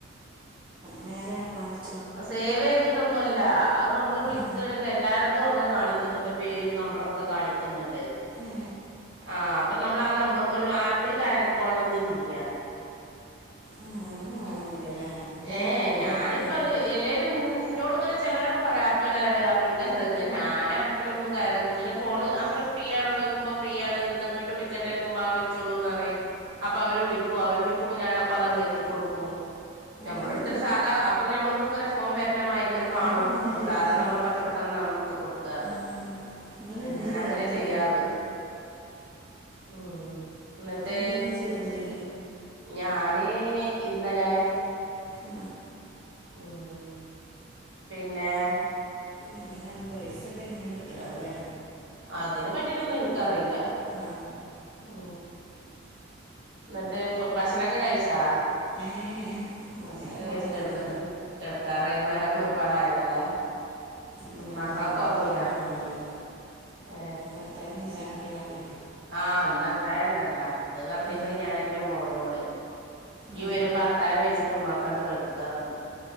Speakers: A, on the right; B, on the right.
A: മേലങ്ങനെണിച്ചു
B: സേവ ചെയ്തിട്ടൊന്നും അല്ല അത് നമ്മള് വിളിക്കയാണെങ്കിൽ
A: ഏ
B: എല്ലാരുംതും അങ്ങനെ കാണിക്കുന്നുണ്ട് പേരും നമ്പറൊക്കെ കാണിക്കുന്നുണ്ട്
A: ഏ
B: ആ അപ്പൊ നമ്മൾ ആ നമ്പർ മൂലം ആപ്പിൽ കയറിക്കൊള്ളന്നല്ലയ
A: ആ അങ്ങനെ വേണമെന്നില്ലല്ലേ എൻ്റെ
B: ഏ
A: കറ അയക്ക്
B: ഞാനിപ്പ
A: കയറണമെന്നാണ്
B: എല്ലാവരും ഇോട് ഇങ്ങനെ ചിലരൊക്കെ പറയാ ആപ്പിള് കയറ് ആപ്പിള് കയ പി ഞാൻ ആപ്പിലൊന്ന കയറ ഇങ്ങെ ഫോൺ പറ ഫ്രീ ആണോക്കുമ്പോ ഫ്രീ ആണ് ഇന്ന്ങ്ങോട്ട് വിളിക്കട്ടെ വക്കുമ്പോ ്മാ വിളിച്ചോളൂന്ന് അപ്പൊ അവര് വിളിക്കുവ അവര് വിളിക്കുമ്പോ ഞാനൻ അൊ അത നക്കി കൊടുക്കും നമ്മളെടുത്തിട്ട്
A: നിങ്ങൾ
B: സാധാ അപ്പൊ നമ്മക്ക ഇങ്ങെ ഫോ വരണമായി ഇങ്ങനെ
A: നിങ്ങൾ
B: കാണും
A: എന്നെ
B: അപ്പൊ സാധാരണ
A: ചേർ
B: നമ്മള് പച്ച പെട്ടെന്ന് ന വർത്തി കൊടുക്കുക
A: ആ നിങ്ങൾ എന്നാ
B: ഞാന
A: ചേർന്നതിൽ
B: അങ്ങനെ ചെയ്യാറ് ഉ എന്നിട്ട്
A: നിങ്ങൾ എന്നാ ചേർന്നതിൽ
B: ഞാൻ അന്നെ ഇന്നലെ
A: ആ
B: ഉം പിന്നെ
A: എങ്ങനെയ പൈസൊക്കെ എങ്ങനെയെ കിട്ടലാവലേ
B: അതിനെ പറ്റിട്ടൊന്നും എനക്ക്റിയില്ല
A: ആ
B: ഉ എന്നിട്ട് ഭക്ഷണൊക്കെ കഴിച്ചാ
A: ഏ അപ്പോൾ
B: മഷരൊക്കെ
A: നേരം
B: കഴച്ച്
A: കുറേ ആയില്ലേ
B: കിടന്നിട്ട കിടക്കാറായുന്നേരം ഒരുപാടായില്ലല്ലേ
A: അപ്പം
B: ഉ
A: നാളെ
B: മക്കളൊക്കെ
A: നോമ്പൊക്കെ
B: ഉറങ്ങിയാ
A: നോക്കാമല്ലോ അല്ലേ
B: ഏ
A: പത്തായി നീ ചനക്കൊള്ളാല്ലേ
B: ആഹ് അന്ന അത്തായ ഉണ്ടല്ല അത് പറഞ്ഞിക്കണ
A: ഉം.
B: ഞാൻ എൻറെ മോനോട്
A: ആ
B: ഈ വരുമ്പോ അത്തായം വെച്ചിട്ട് ഉമ്മാക്കാണ്ട് കെടുക്കാന്ന്